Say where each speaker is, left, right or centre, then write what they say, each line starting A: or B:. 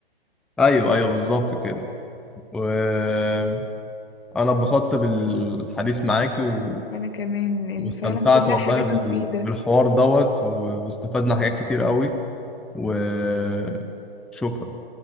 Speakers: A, in the centre; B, on the left (about 65°).
A: ايوه ايوه بالظبط كده وانا اتبسطت بالحديث معاكي و...
B: وأنا كمان إن
A: واستمتعت
B: فعلا كلها
A: والله
B: حاجات
A: بال...
B: مفيدة
A: بالحوار دوت و... واستفدنا حاجات كتير قوي وشكرا